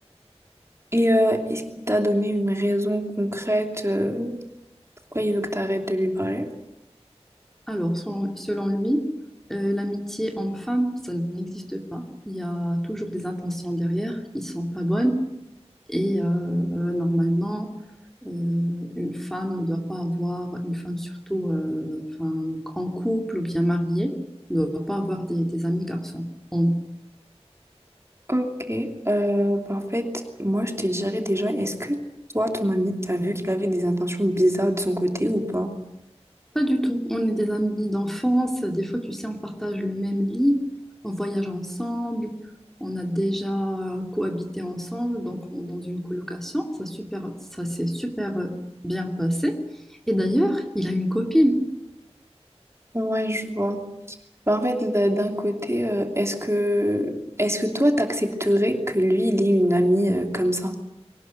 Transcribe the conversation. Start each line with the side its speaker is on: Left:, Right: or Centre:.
Right: Et euh, est-ce qu'il t'a donné une raison concrète euh, pourquoi il veut que tu arrêtes de lui parler?
Centre: Alors, selon, selon lui, euh, l'amitié homme-femme, ça n'existe pas. Il y a toujours des intentions derrière qui ne sont pas bonnes. Et euh, euh, normalement, euh, une femme ne doit pas avoir, une femme surtout euh, enfin, en couple ou bien mariée, ne doit pas avoir des, des amis garçons. On-
Right: Ok. Euh, ben, en fait, moi, je te dirais déjà, est-ce que toi, ton ami, t'as vu qu'il avait des intentions bizarres de son côté ou pas?
Centre: pas du tout. On est des amis d'enfance. Des fois, tu sais, on partage le même lit, on voyage ensemble, on a déjà cohabité ensemble, donc on- dans une colocation. Ça, super, ça s'est super bien passé. Et d'ailleurs, il a une copine.
Right: Ouais, je vois. Ben, en fait, d- d'un côté, euh, est-ce que est-ce que toi, t'accepterais que lui, il ait une amie euh, comme ça?